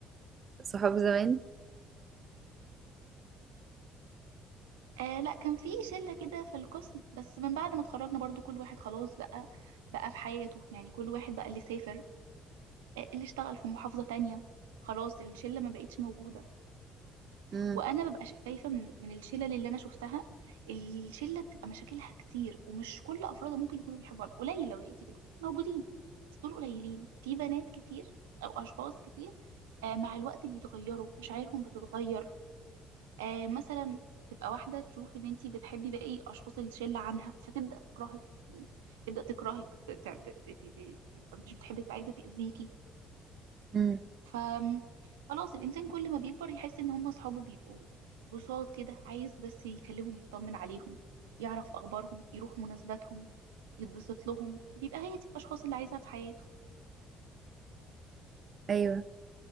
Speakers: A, on the right; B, on the right.
A: صحاب زمان
B: آه لا كان في شله كده في القسم بس من بعد ما اتخرجنا برضو كل واحد خلاص بقى بقى في حياته يعني كل واحد بقى اللي سافر آه، اللي اشتغل في محافظه تانية خلاص الشله ما بقتش موجوده
A: امم
B: وانا ببقى شايفه من من الشلل اللي انا شفتها الشله بتبقى مشاكلها كتير ومش كل افرادها ممكن يكونوا بيحبوا بعض قليل لو لقيتي كده موجودين بس دول قليلين في بنات كتير او اشخاص كتير آه مع الوقت بيتغيروا مشاعرهم بتتغير آه مثلا تبقى واحده تشوف ان انتي بتحبي باقي اشخاص الشله عنها فتبدا تكرهك يعني تبدا تكرهك ت- ت- ت- ت- ت- تبقى مش بتحبك عايزه تاذيكي
A: امم
B: ف خلاص الإنسان كل ما بيكبر يحس إن هم أصحابه بيبقوا بساط كده عايز بس يكلمهم يطمن عليهم يعرف أخبارهم يروح مناسباتهم يتبسط لهم بيبقى هي دي الأشخاص اللي عايزها في حياته
A: أيوة